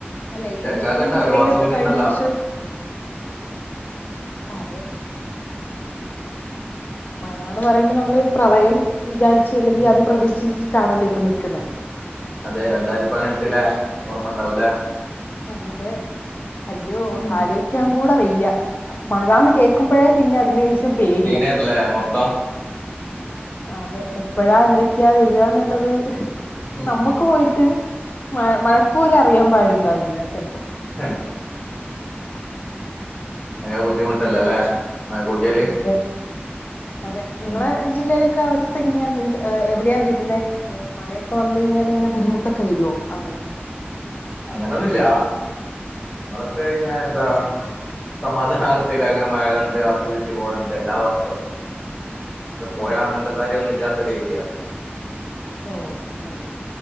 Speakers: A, on the left; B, on the left.
A: അല്ലെ
B: തിരക്കാക്കണ്ട
A: ഈ ജൂൺ ജൂലൈയിലൊക്കെ
B: ഒരു മാസം കൂടി
A: കഴിഞ്ഞ
B: ഉണ്ടല്ലോ
A: വർഷം അതെ മഴന്ന് പറയുമ്പോ നമ്മള് പ്രളയം വിചാരിച്ച് അല്ലെങ്കിൽ
B: ഉം
A: അത്
B: ഉം
A: പ്രതീക്ഷിച്ചിട്ടാണല്ലോ. നിക്കുന്ന
B: അതെ രണ്ടായിരത്തി പതിനെട്ടിലെ ഓർമ്മ ഉണ്ടാവൂലെ.
A: ആ അതെ അയ്യോ
B: ഉം
A: ആലോചിക്കാൻ കൂടെ വെയ്യ മഴന്ന് കേക്കുമ്പോഴേ. പിന്നെ അതിന് പേടിയാ
B: സീനാർന്ന അല്ല മൊത്തം
A: അതെ എപ്പഴാ എന്തൊക്കെയാ വരിവാന്നുള്ളത്
B: ഉം
A: നമ്മുക്ക്
B: ഉം
A: പോയിട്ട് മ മഴക്കുല അറിയാൻ പാടുണ്ടാവില്ല ചിലപ്പോ
B: ഉം ഭങ്ങര ബുദ്ധിമുട്ടല്ല അല്ലേ മഴ കൂടിയാല്
A: അതെ അതെ നിങ്ങളെ
B: ഉം
A: ജില്ലയില ഒ അവസ്ഥ ഇങ്ങനെയ മീൻസ് എവിടെയാ വരുന്ന മഴയൊക്കെ വു കഴിഞ്ഞാൽ ഇന ബുദ്ധിമുട്ടൊക്കെ വരുമോ അവിടെ ക്കെ <inaudible>
B: അങ്ങനൊന്നുമില്ല നമ്മളൊക്കെ ഇങ്ങനെ എന്താ സമാധാനത്തി അങ്ങനെ മഴ കണ്ട് ആസ്വദിിച്ചു പോലണ്ട് എല്ലാ വർഷവും അടെ പോയാ
A: ഓ
B: അങ്ങനത്തെ
A: അങ്ങനെയാണ്
B: കാര്യംൊന്നും ഇല്ലാത്ത ഒരു ഏരിയ
A: ഓ അങ്ങനെയാ..